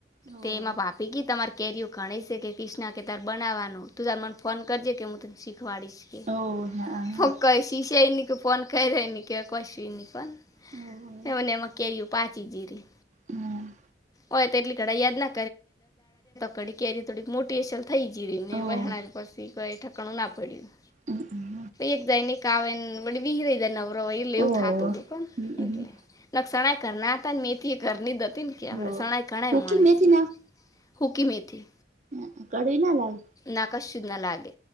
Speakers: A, on the right; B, on the left.
A: હોવે
B: તેમાં પા <unintelligible> તમારી કેરીઓ ઘણી છે કે ક્રિષ્ણા કે તાર બનાવવાનું તું તાર મને ફોન કરજે કે હું તને શીખવાડીશ <unintelligible>
A: હોવે હા હા
B: શીશ ન કે ફોન કઈર ન કે કશી ની પણ
A: હોવે
B: મને એમાં કેયું પાચીજીરી
A: હમ
B: હોય તેટલી ઘડા યાદ ના કરી <unintelligible> કેરી થોડીક મોટીહશે થઈ જઈ રહીને
A: હોવે
B: વહેનાર
A: હોવે
B: પછી કઈ ઠકણું ના પડ્યું
A: હમ
B: એક જાઈને એક આવેન વળી બીજો <inaudible> એ લેવું
A: હોવે
B: થતું હતું
A: હમ
B: પણ
A: હમ
B: એટલે ચણા એ ઘરના હતા ને મેથી એ ઘરની જ હતી ને કે આપણે
A: હોવે
B: શણાઈ કણાય
A: સૂકી
B: મળે
A: મેથી
B: છે હુકી મેથી
A: હ કડવી ના લાલ
B: નાકાશ શીધના લાગે